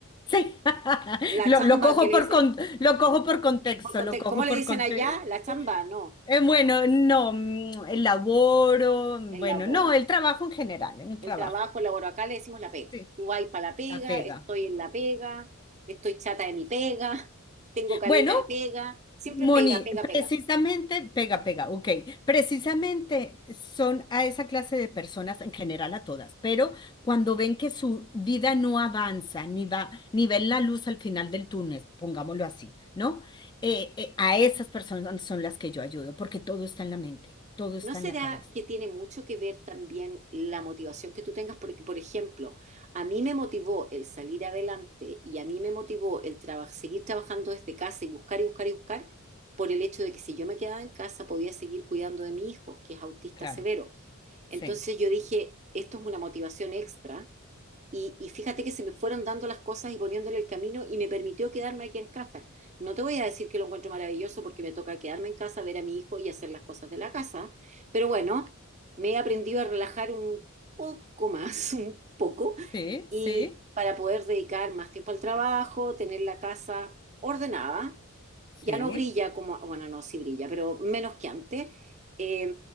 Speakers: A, on the left; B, on the right.
A: Sí. <laughs>
B: La
A: Lo,
B: chamba
A: lo cojo
B: que le
A: por
B: dicen
A: con- lo cojo por contexto,
B: Por conte-
A: lo cojo
B: ¿Cómo le
A: por
B: dicen
A: contexto.
B: allá? La chamba, no,
A: Eh, bueno, no, mm, el laboro,
B: el
A: bueno,
B: laboro.
A: no, el trabajo en general, en un
B: El
A: trabajo,
B: trabajo, el laboro. Acá le decimos la pega.
A: Sí.
B: Tú vas para la pega,
A: la pega.
B: estoy en la pega, estoy chata de mi pega, <laughs> tengo caleta
A: Bueno,
B: de pega. Siempre
A: Moni,
B: pega, pega, pega.
A: precisamente, pega, pega, ok, precisamente son a esa clase de personas, en general a todas, pero cuando ven que su vida no avanza, ni va, ni ven la luz al final del túnel, pongámoslo así, ¿no? Eh, eh, a esas personas son las que yo ayudo, porque todo está en la mente, todo está
B: ¿No será
A: en la cabeza,
B: que tiene mucho que ver también la motivación que tú tengas? Porque, por ejemplo, a mí me motivó el salir adelante y a mí me motivó el traba- seguir trabajando desde casa y buscar y buscar y buscar por el hecho de que si yo me quedaba en casa podía seguir cuidando de mi hijo, que es autista
A: claro,
B: severo. Entonces
A: sí,
B: yo dije, esto es una motivación extra. Y, y fíjate que se me fueron dando las cosas y poniéndole el camino y me permitió quedarme aquí en casa. No te voy a decir que lo encuentro maravilloso porque me toca quedarme en casa, ver a mi hijo y hacer las cosas de la casa. Pero bueno, me he aprendido a relajar un poco más, <laughs> un poco,
A: sí,
B: y
A: sí.
B: para poder dedicar más tiempo al trabajo, tener la casa ordenada ya
A: Sí,
B: no brilla como, bueno, no, sí brilla, pero menos que antes. Eh,